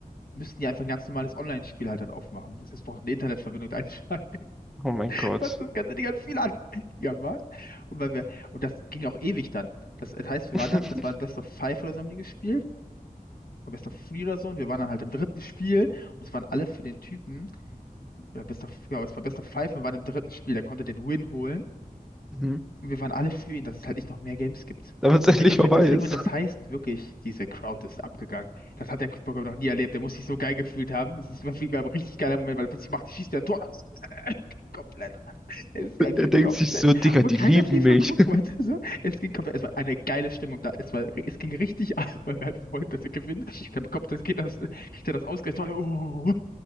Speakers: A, on the left; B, in the centre.
A: müssten die einfach ein ganz normales Online-Spiel halt dann aufmachen. Das ist braucht eine Internetverbindung <laughs> einschalten.
B: Oh mein Gott.
A: Was das ganze Ding hat viel anfälliger war. <laughs> Und, weil wir, und das ging auch ewig dann. Das, das heißt, wir
B: <laughs>
A: waren dann, das war ein Best of Five oder so haben die gespielt. Oder Best of Three oder so. Und wir waren dann halt im dritten Spiel. Und es waren alle für den Typen. Oder Best of, ja, es war Best of Five und wir waren im dritten Spiel. Der konnte den Win holen.
B: Mhm.
A: Und wir waren alle für ihn, dass es halt nicht noch mehr Games gibt.
B: Damit es
A: Dass
B: endlich
A: der gewinnt,
B: vorbei
A: das Segment,
B: ist.
A: das heißt wirklich, diese Crowd ist abgegangen. Das hat der Kickboxer noch nie erlebt. Der muss sich so geil gefühlt haben. Es ist wirklich ein richtig geiler Moment, weil er plötzlich macht, schießt der ein Tor <laughs> aus. Äh, komplett ab. Eskaliert
B: <laughs> Er denkt
A: komplett.
B: sich so, Digga,
A: Obwohl
B: die
A: keiner
B: lieben
A: FIFA
B: mich.
A: gucken wollte. So. Es ging komplett, es war eine geile Stimmung da. Es war, es ging richtig ab, weil wir einfach wollten, dass er gewinnt. Dann bekommt das, geht das, kriegt er das ausgerechnet. alle, Oh,